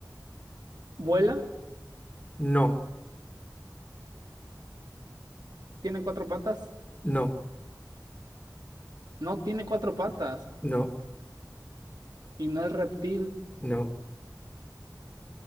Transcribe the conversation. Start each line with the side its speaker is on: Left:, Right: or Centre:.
Right: ¿Vuela?
Left: no,
Right: ¿Tiene cuatro patas?
Left: no,
Right: No tiene cuatro patas
Left: no, no.
Right: y no es reptil.
Left: no.